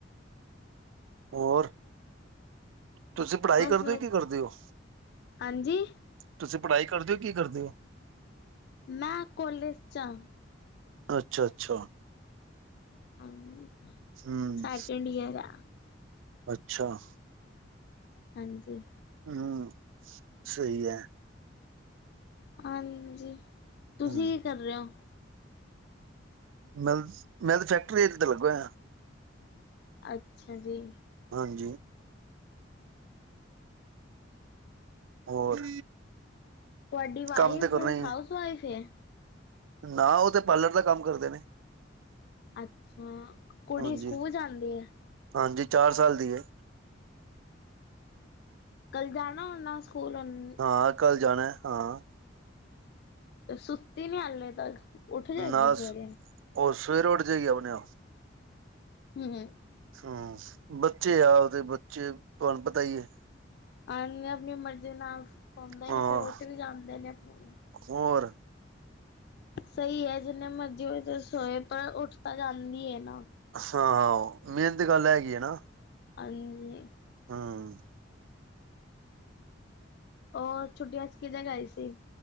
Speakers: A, on the right; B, on the left.
A: ਹੋਰ? ਤੁਸੀ ਪੜਾਈ
B: ਬਸ
A: ਕਰਦੇ ਓ ਕੀ ਕਰਦੇ ਓ?
B: ਹਾਂਜੀ
A: ਤੁਸੀ ਪੜਾਈ ਕਰਦੇ ਓ ਕੀ ਕਰਦੇ ਓ?
B: ਮੈਂ ਕੋਲੇਜ ਚ ਆ।
A: ਅੱਛਾ, ਅੱਛਾ।
B: <unintelligible>
A: ਹੂੰ,
B: ਸੈਕਿੰਡ ਈਅਰ ਆ
A: ਅੱਛਾ।
B: ਹਾਂਜੀ।
A: ਹੂੰ ਸਈ ਏ।
B: ਹਾਂਜੀ, ਤੁਸੀਂ
A: ਹੂੰ
B: ਕੀ ਕਰ ਰੇ ਓ।
A: <unintelligible>
B: ਅੱਛਾ ਜੀ।
A: ਹਾਂਜੀ। ਹੋਰ।
B: ਤੁਆਡੀ ਵਾਈਫ,
A: ਕੰਮ ਤੇ ਕਰਨਾ ਹੀ ਹੈ।
B: ਹਾਊਸ ਵਾਈਫ ਏ?
A: ਨਾ, ਓ ਤੇ ਪਾਲਰ ਦਾ ਕੰਮ ਕਰਦੇ ਨੇ।
B: ਅੱਛਾ, ਕੁੜੀ
A: ਹਾਂਜੀ
B: ਸੂਕੂਲ ਜਾਂਦੀ ਏ?
A: ਹਾਂਜੀ, ਚਾਰ ਸਾਲ ਦੀ ਏ।
B: ਕੱਲ ਜਾਨਾ ਓਨਾ ਸੂਕੂਲ ਹੋਨ?
A: ਹਾਂ, ਕੱਲ ਜਾਣੈ ਹਾਂ।
B: ਤੇ ਸੁੱਤੀ ਨੀ ਹੱਲੇ ਤੱਕ? ਉੱਠ ਜਾਏਗੀ
A: ਨਾਸ,
B: ਸਵੇਰੇ
A: ਓ ਸਵੇਰੇ ਓਡ ਜੇਗੀ ਅਪਨੇ ਆਪ।
B: ਹੂੰ, ਹੂੰ।
A: ਹੂੰ, ਬੱਚੇ ਆ ਓਦੇ ਬੱਚੇ, ਤੁਆਨ ਪਤਾ ਈ ਏ।
B: ਆ ਆਪਨੀ ਮਰਜੀ ਨਾਲ ਸੋਂਦੇ
A: ਹਾਂ
B: ਨੇ ਫੇਰ ਉਠ ਵੀ ਜਾਂਦੇ ਨੇ ਆਪਨੀ
A: ਹੋਰ।
B: ਸਹੀ ਹੈ। ਜਿੰਨੇ ਮਰਜ਼ੀ ਹੋਏ ਤੇ, ਸੋਏ ਪਰ ਉੱਠ ਤਾਂ ਜਾਂਦੀ ਹੈ ਨਾ।
A: ਹਾਂ, ਮੇਨ ਤੇ ਗੱਲ ਹੈਗੀ ਹੈ ਨਾ।
B: ਆਂਜੀਏ
A: ਹਾਂ।
B: ਓਰ ਛੁੱਟੀਆਂਚ ਕਿਦੇ ਗਏ ਸੀ‌?